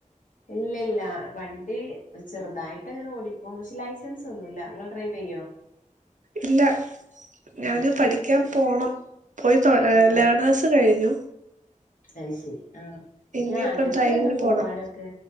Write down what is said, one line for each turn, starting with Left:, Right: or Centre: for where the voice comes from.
Left: ഇല്ല ഇല്ല വണ്ടി ചെറുതായിട്ട് അങ്ങനെ ഓടിക്കും പക്ഷെ ലൈസൻസ് ഒന്നുല്ല ഇങ്ങൾ ഡ്രൈവ് ചെയ്യോ
Right: ഇല്ല
Left: ആഹ
Right: ഞാന്
Left: ശരി
Right: പഠിക്കാൻ പോണം പോയി തോ
Left: ആഹ
Right: ലേണേർസ് കഴിഞ്ഞു
Left: അത് ശരി ആഹ് എനിക്ക്
Right: ഇനിയിപ്പോ
Left: ആഗ്രഹക്കണ്ട്
Right: ഡ്രൈവിങ്ങിന്
Left: പോവാനൊ
Right: പോണം
Left: ക്കെ